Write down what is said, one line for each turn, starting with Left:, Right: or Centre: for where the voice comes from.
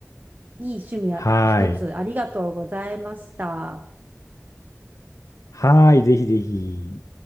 Right: いい趣味や一つありがとうございました。
Left: はーい。はーい、ぜひぜひ。